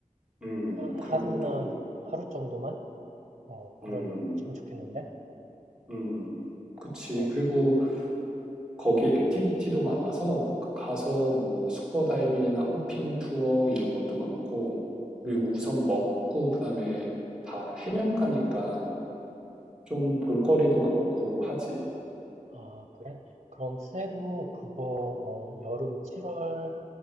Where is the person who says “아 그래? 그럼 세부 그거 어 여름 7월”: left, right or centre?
Right